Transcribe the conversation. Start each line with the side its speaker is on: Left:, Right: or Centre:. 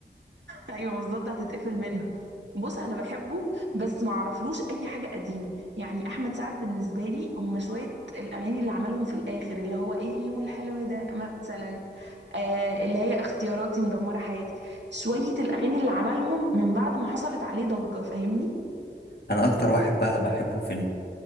Right: ايوه بالظبط هتتقفل منه بص انا بحبه بس ما اعرفلوش اي حاجه قديمه يعني احمد سعد بالنسبه لي هما شويه الاغاني اللي عملهم في الاخر اللي هو ايه اليوم الحلو ده مثلا آه اللي هي اختياراتي مدمره حياتي شويه الاغاني اللي عملهم من بعد ما حصلت عليه ضجه فاهمني
Left: انا اكتر واحد بقى بحبه في